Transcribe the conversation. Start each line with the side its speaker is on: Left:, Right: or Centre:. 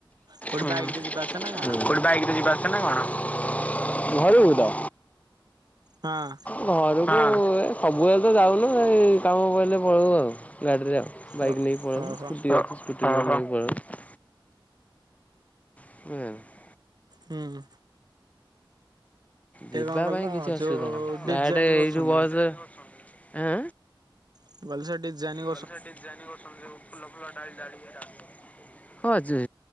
Right: କୋଉଠି
Left: ହୁଁ
Right: ବାଇକ୍ ରେ ଯିବା ଆସିବା ନା କଣ?
Left: କୋଠୁ ବାଇକ୍ <unintelligible> ନା କଣ ଘରୁକୁ ତ?
Right: ହଁ।
Left: ଘରୁକୁ ଏ ସବୁବେଳେ ତ ଯାଉନୁ ଏଇ କାମ ପଇଲେ ପଳଉ ଆଉ ଗାଡିରେ ଆଉ। ବାଇକ୍
Right: ଓ
Left: ନେଇ ପଳଉ
Right: ଓହୋ
Left: ସ୍କୁଟି ଅଛି ସ୍କୁଟି ନେଇକି ପଳଉ। <unintelligible>
Right: ହୁଁ। ସେ
Left: ଯିବା
Right: କଣ କହିଲ
Left: ପାଇଁ କିଛି ଅସୁବିଧା
Right: ଯୋଉ
Left: ନାହିଁ
Right: ଡିଜାଇନ
Left: ଡାଇରେକ୍ଟେ ଏଇଠୁ
Right: କରୁଛନ୍ତି।
Left: ବସ ଆଁ?
Right: ମୁଁ କହିଲି ସେ ଡିଜାଇନ କୁ
Left: ମୁଁ କହିଲି ସେ ଡିଜାଇନ୍ କୁ ସୁ ଯଉ ଫୁଲ ଫୁଲ ଡାଳି ଡାଳି ଏରା ସବୁ ହଁ ଯେ